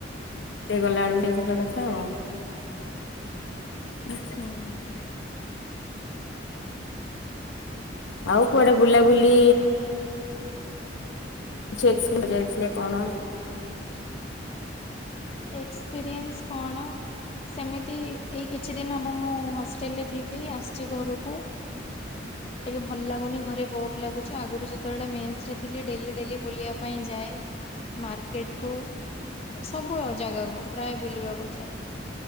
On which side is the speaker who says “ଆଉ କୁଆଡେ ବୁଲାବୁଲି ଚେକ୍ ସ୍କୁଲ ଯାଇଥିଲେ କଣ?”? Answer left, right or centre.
Left